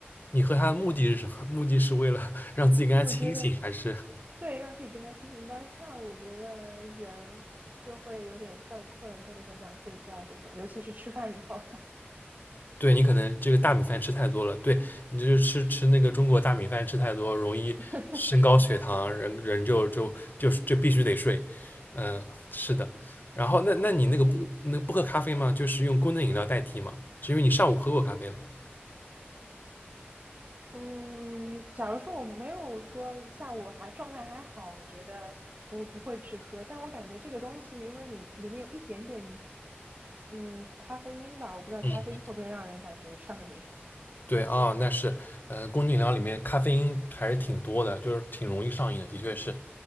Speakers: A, on the left; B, on the right.
A: 你喝它的目的是什么？<laughs> 目的是为了 <laughs> 让自己更加清醒，
B: 我觉得
A: 还是
B: 对，让自己更加清醒当下，我觉得人就会有点犯困，或者说想睡觉这种，尤其是吃饭以后。
A: 对你可能这个大米饭吃太多了？对你就是吃吃那个中国大米饭吃太多，容易升高血糖，
B: <laughs>
A: 人人就就就就必须得睡。嗯、是的。然后那那你那个不那不喝咖啡吗？
B: 对，
A: 就是用功能饮料代替吗？是因为你上午喝过咖啡了。
B: 嗯，假如说我没有说下午还状态还好，我觉得我不会去喝。但我感觉这个东西，因为你里面有一点点，嗯，咖啡因吧，我不知道咖啡因会不会让人感觉上瘾。
A: 嗯，对啊，那是，呃，功能饮料里面咖啡因还是挺多的，就是挺容易上瘾的，的确是。